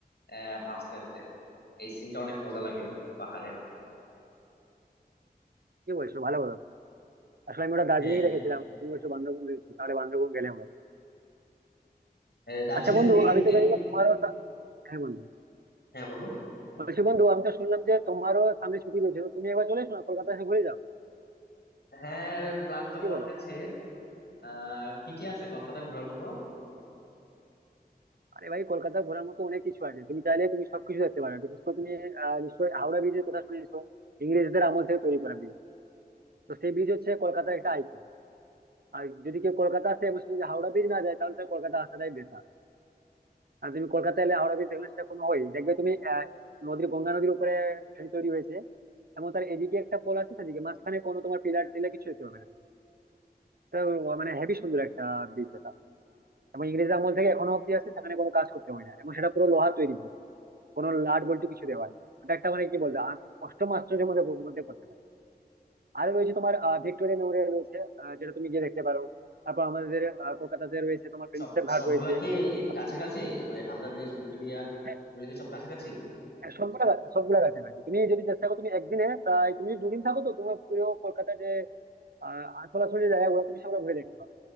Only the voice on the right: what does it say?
কি বলছো ভালো বলো তো। আসলে আমি ওটা দার্জিলিং
এ রেখেছিলাম তুমি বলছো বান্দরবন রয়েছে তাহলে বান্দরবন গেলে আমার
আচ্ছা বন্ধু
আমি তো
জানি না তোমারও সা- হ্যাঁ বন্ধু
বলছি বন্ধু আমি তো শুনলাম যে তোমারও সামনে ছুটি রয়েছে তো তুমি একবার চলে এসো না কলকাতা এসে ঘুরে যাও
কি
বলো
আরে ভাই কলকাতা ঘোরার মতো অনেক কিছু আছে তুমি চাইলে তুমি সবকিছু দেখতে পারো বিশেষ করে তুমি আহ, নিশ্চয়ই হাওড়া ব্রিজের কথা শুনেছো ইংরেজদের আমল থেকে তৈরি করা ব্রিজ তো সেই ব্রিজ হচ্ছে কলকাতার একটা আইকন আর যদি কেউ কলকাতা আসে এবং সে যদি হাওড়া ব্রিজ না যায় তাহলে তার কলকাতা আসাটাই বেকার আর তুমি কলকাতা এলে হাওড়া ব্রিজ দেখলে সেরকম হয় দেখবে তুমি আহ, নদীর গঙ্গা নদীর উপরে সেটি তৈরি হয়েছে এবং তার এদিকে একটা পোল আছে সেদিকে মাঝখানে কোনো তোমার পিলার টিলার কিছু হতে হবে না তো মানে হেভি সুন্দর একটা ব্রিজ ওটা এবং ইংরেজ আমল থেকে এখনো অব্দি আছে সেখানে কোনো কাজ করতে হয় না এবং সেটা পুরো লোহা তৈরি কোনো লাড বল্টু কিছু দেওয়া নেই ওটা একটা মানে কি বলবো আ- অষ্টম আশ্চর্যের মধ্যে মধ্যে পড়তে পারে আর রয়েছে তোমার ভিক্টোরিয়া মেমোরিয়াল রয়েছে আহ, যেটা তুমি গিয়ে দেখতে পারো তারপর আমাদের আহ, কলকাতাতে রয়েছে তোমার প্রিন্সেপ
ঘাট
রয়েছে
এবং
হ্যাঁ,
হ্যাঁ, সবগুলা গা- সবগুলা কাছাকাছি তুমি যদি চেষ্টা করো তুমি একদিনে প্রায় তুমি যদি দুদিন থাকো তো তোমার পুরো কলকাতা যে আহ সরাসরি জায়গাগুলো তুমি সেগুলো ঘুরে দেখতে পারো